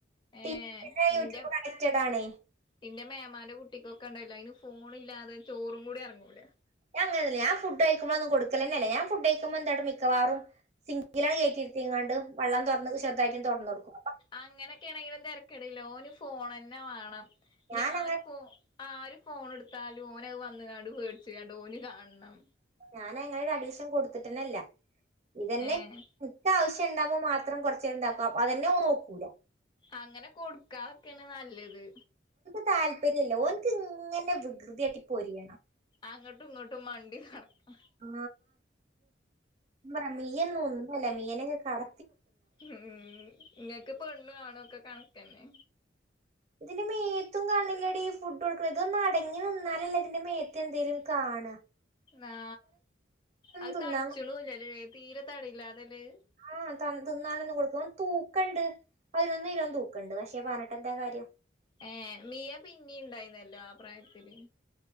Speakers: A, on the left (about 25°); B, on the right (about 35°).
A: ഏ
B: ടിവിന്റെ യൂട്യൂബ്
A: നിറെ
B: കണക്റ്റഡ് ആണേ
A: നിന്റെ മേമാന്റെ കുട്ടിക്കൊക്കെ ഒക്കണ്ടില്ല അതിന് ഫോണില്ലാതെ ചോറും കൂടി ഇറങ്ങൂല
B: അങ്ങനല്ല ഞാൻ ഫുഡ് കഴിക്കുമ്പോൊന്നും കൊടുക്കല്ലന്നല്ല ഞാൻ ഫുഡ് കഴിക്കുമ്പോ എന്താണ് മിക്കവാറും സിംഗി ആണ് കയറ്റിയിത്തിങ്ങാണ്ട് വെള്ളം തുറന്ന് ചെറുതായിട്ടും തുറന്ന് കൊടുക്ക
A: അങ്ങനെൊക്കെയാണെങ്കിലും തിരക്കടല്ലോന് ഓനെഫോൺ തന്നെ വേണം
B: ഞാൻ
A: ഞാരു
B: അങ്ങനെ
A: ഫോ ആര് ഫോൺ എടുത്താലും ഓന വന്നങ്ങാണ്ട് മേടിച്ചണ്ട് ഓന് കാണണം
B: ഞാന അങ്ങ ഒരു അഡീഷൻ കൊടുത്തിട്ടനല്ല ഇതന്നെ
A: ഏഹ്
B: ഇറ്റ ആവശ്യം ണ്ടാവ്പോ മാത്രം കുറച്ചണ്ടാക്കും അത്തന്നെന്ന് നോക്കൂല
A: അങ്ങനെ കൊടുക്കാാനൊക്കെയന്നെ നല്ലത്
B: താല്പര്യല്ലോ മോനിക്ക് ഇങ്ങനെ വികൃതിയട്ടി പോരിയണം
A: അങ്ങട്ടും ഇങ്ങട്ടും മണ്ടി നടക്കണം
B: ആ പറ നീയൊന്നുംഒന്നല്ല മീനൊക്കെ കട
A: ഉം ഇങ്ങക്ക് പെണ്ണു ആണൊക്കെ കണക്ക തന്നെ
B: ഇതിന്റെ മേത്തും കാണില്ലട ഈ ഫുട്ബോൾ ഇതൊന്ന അടങ്ങി നിന്നാലല്ലേ ഇതിന്റെ മേത്ത് എന്തേലും കാണാ
A: ആ അത്
B: തിന്നാൻ
A: തടിച്ചണല്ലല്ലേ തീരെ തടയില്ല അതല്ലേ
B: ആഹ തന്തന്നാണന്ന് കൊടുക്ക തൂക്കണ്ട് അതിനൊന്ന് കിലോന്ന് തൂക്കണ്ട് പക്ഷേ പറഞ്ഞിട്ട് എന്താ കാര്യം
A: ഏ മിയ പിന്നെ ഉണ്ടായിുന്നല്ലോ ആ പ്രായത്തില്